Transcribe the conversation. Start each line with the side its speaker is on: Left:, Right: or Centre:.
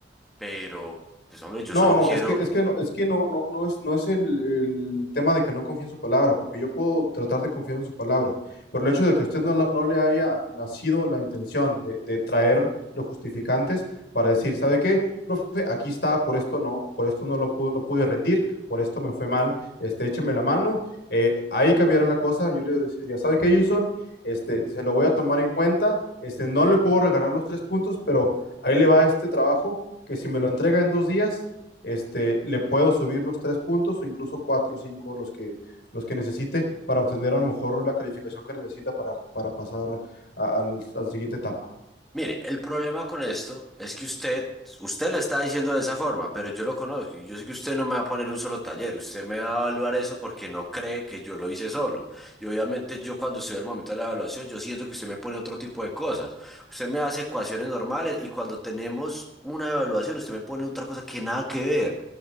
Centre: Pero, pues hombre, yo
Left: No,
Centre: solo
Left: no,
Centre: quiero,
Left: es que, es que no, es que no, no, no es, no es el, el tema de que no confíe en su palabra, porque yo puedo tratar de confiar en su palabra, pero el hecho de que usted no, la- no le haya nacido la intención de, de traer los justificantes para decir, ¿sabe qué? Profe, aquí está, por esto no, por esto no lo pude, no pude rendir, por esto me fue mal, este, écheme la mano, eh, ahí cambiará la cosa, yo le diría, ¿sabe qué, Jason? Este, se lo voy a tomar en cuenta, este, no le puedo regalar los tres puntos, pero ahí le va este trabajo, que si me lo entrega en dos días este, le puedo subir los tres puntos o incluso cuatro o cinco los que, los que necesite para obtener a lo mejor la calificación que necesita para, para pasar a, a a la siguiente etapa.
Centre: Mire, el problema con esto es que usted, usted lo está diciendo de esa forma, pero yo lo conozco y yo sé que usted no me va a poner un solo taller, usted me va a evaluar eso porque no cree que yo lo hice solo. Y obviamente yo cuando estoy al momento de la evaluación, yo siento que usted me pone otro tipo de cosas. Usted me hace ecuaciones normales y cuando tenemos una evaluación, usted me pone otra cosa que nada que ver.